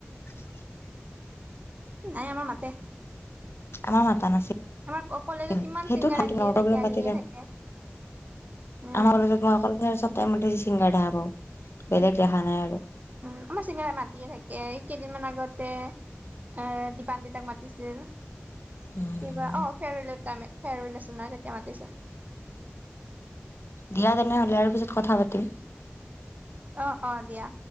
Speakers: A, on the left; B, on the right.
A: <unintelligible> <unintelligible>
B: নাই আমাৰ মাতে।
A: আমাৰ মাতা নাছিল
B: আমাৰ কলেজত কিমান
A: সেইটো
B: ছিংগাৰ
A: ভন্টি
B: আহিয়ে
A: লগৰ
B: থাকে
A: বোৰে
B: আহিয়ে
A: মাতিলে।
B: থাকে উম
A: আমাৰ কলেজত মই অকল চাই টাইম ছিংগাৰ দেখা পাওঁ বেলেগ দেখা নাই আৰু।
B: উম আমাৰ চিংগাৰ মাতিযে থাকে। কেইদিনমান আগতে এ দিপান দিতাক মাতিছিল।
A: উম,
B: কিবা অ ফেৰেল টাই ফেৰৱেল আছিল তেতিয়া মাতিছোন।
A: দিয়া তেনেহলে আৰু পিছত কথা পাতিম।
B: অ অ দিয়া।